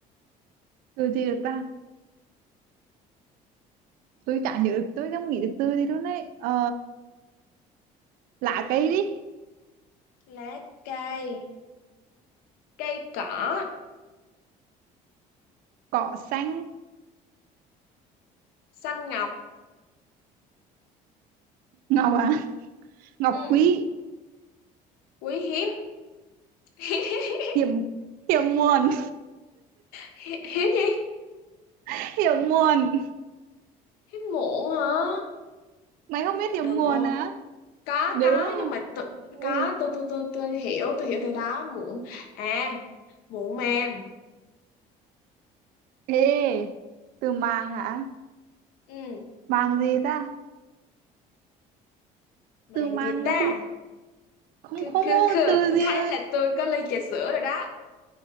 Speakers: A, on the right; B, on the left.
A: từ gì được ta tôi chả nhớ được tôi không nghĩ được từ gì luôn đấy ờ, lá cây đi
B: Lá cây, cây cỏ,
A: cỏ xanh
B: xanh ngọc,
A: ngọc à ngọc
B: ừ,
A: quý
B: quý hiếm. <laughs>
A: hiểm hiểm nguồn
B: Hiếm gì?
A: <laughs> hiểm nguồn
B: Hiếm muộn hả?
A: mày không biết hiểm
B: Được
A: nguồn
B: luôn.
A: hả
B: Có,
A: đúng
B: có,
A: không
B: nhưng mà tu- có,
A: ừ
B: tôi, tôi, tôi, tôi hiểu, tôi hiểu từ đó. Muộn. À, muộn màng.
A: ê từ màng hả
B: Ừ,
A: màng gì ta
B: màng
A: từ màng
B: gì ta?
A: nó cũng không
B: Cứ,
A: không
B: cứ,
A: có
B: cứ.
A: từ
B: Tôi
A: gì
B: thấy
A: mà
B: là tôi có ly trà sữa rồi đó.